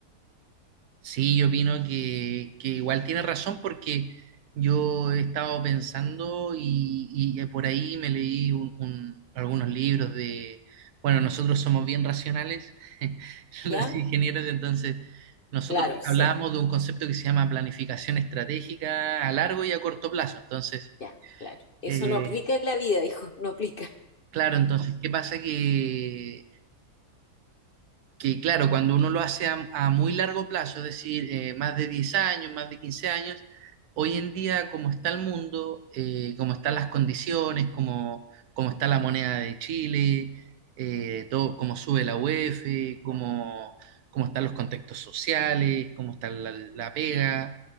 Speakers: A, on the right; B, on the left.
A: Sí, yo opino que, que igual tiene razón porque yo he estado pensando y, y eh, por ahí me leí un- un- algunos libros de, bueno, nosotros somos bien racionales, <laughs>
B: ¿Ya?
A: los ingenieros, entonces nosotros
B: Claro, sé.
A: hablamos de un concepto que se llama planificación estratégica a largo y a corto plazo, entonces...
B: Ya, claro. Eso
A: eh,
B: no aplica en la vida, <laughs> hijo, no aplica.
A: Claro, entonces, ¿qué pasa? Que que claro, cuando uno lo hace a, a muy largo plazo, es decir, eh, más de 10 años, más de 15 años, hoy en día como está el mundo, eh, como están las condiciones, como, como está la moneda de Chile, eh, todo, cómo sube la UEF, cómo, cómo están los contextos sociales, cómo está la, la pega,